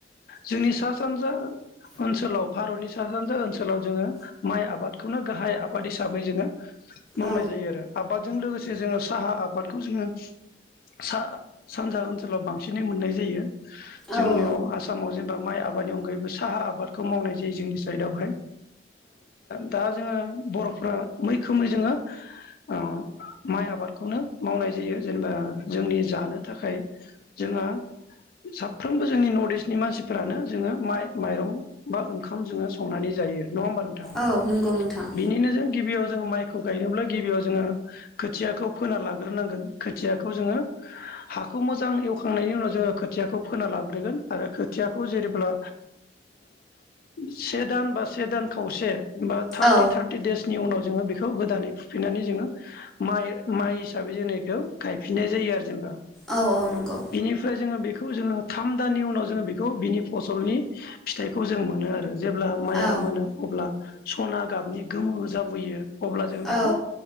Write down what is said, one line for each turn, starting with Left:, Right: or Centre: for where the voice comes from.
Left: जोंनि सा सानजा। ओनसोलाव भारतनि सा सानजा ओनसोलाव जोङो माइ आबादखौनो गाहाय आबाद हिसाबै जोङो। मावनाय
Centre: औ
Left: जायो आरो आबादजों लोगोसे। जे जोङो साहा आबादखौ जोङो सा सानजा ओनसोलाव बांसिनै मोननाय जायो। जोंनियाव
Centre: औ औ
Left: आसामाव जेनेबा माइ आबादनि अनगायैबो साहा आबादखौ मावनाय जायो जोंनि साइदआवहाय। दा जोङो बर'फ्रा मैखोमै जोङो ओ। माइ आबादखौनो मावनाय जायो जेनेबा जोंनि जानो थाखाय जोंओ। साफ्रोमबो जोंनि नर्थ इस्टनि मानसिफोरानो जोङो माइ माइरं बा ओंखाम जोङो। संनानै जायो नङा होमबा नोंथां।
Centre: औ नंगौ नोंथां
Left: बिनिनो जों गिबियाव जोङो माइखौ गायनोब्ला गिबियाव जोङो खोथियाखौ। फोना लाग्रोनांगोन खोथियाखौ जोङो। हाखौ मोजां एवखांनायनि उनाव जोङो खोथियाखौ फोना लाग्रोगोन आरो खोथियाखौ जेरेब्ला। से दान बा से दान खावसे बा थार्टि
Centre: औ
Left: थार्टि देसनि उनाव। जोङो बेखौ गोदानै फुफिननानै जोङो माइ- माइ हिसाबै जोङो बेखौ गायफिननाय जायो आरो जेनेबा।
Centre: औ औ नंगौ
Left: बेनिफ्राय जोङो बे। बेखौ जोङो थाम दाननि उनाव जोङो बेखौ बिनि फसलनि फिथाइखौ जों मोनो आरो। जेब्ला माइया
Centre: औ
Left: मोनो अब्ला सना गाबनि गोमो जाबोयो। अब्ला जों
Centre: औ
Left: बेखौ